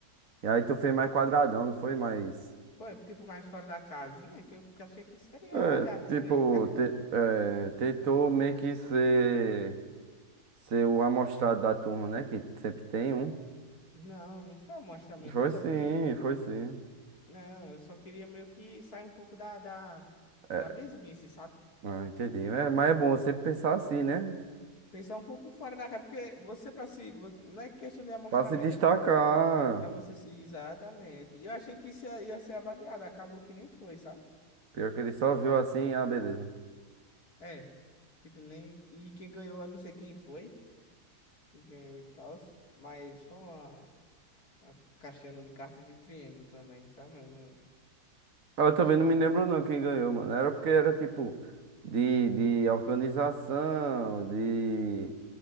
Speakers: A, on the right; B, on the left.
A: E aí tu fez mais quadradão, não foi mais.
B: Foi, tipo, mais fora da casinha, que eu que achei que seria
A: É,
B: avaliado
A: tipo,
B: também. E a-
A: te- é, tentou meio que ser, ser o amostrado da turma, né? Que sempre tem um.
B: Não, não foi amostramento,
A: Foi
B: eu só
A: sim,
B: queria.
A: foi sim.
B: Não, eu só queria meio que sair um pouco da, da,
A: É,
B: da mesmice, sabe?
A: Ah, entendi. É, mas é bom sempre pensar assim, né?
B: Pensar um pouco fora da caixa, porque você pra si, vo- não é questão de amostramento,
A: Pra se destacar.
B: é porque pra você se. Exatamente. E eu achei que isso ia ia ser avaliado, acabou que nem foi, sabe?
A: Pior que ele só viu assim, ah, beleza.
B: É. Tipo, nem. E quem ganhou, eu não sei quem foi. que ganhou e tal, mas foi uma, uma castelo de cartas de triângulo também, sabe? Eu não
A: Ah, Eu também
B: achei
A: não
B: nada.
A: me lembro não quem ganhou, mano. Era porque era tipo de, de organização, de.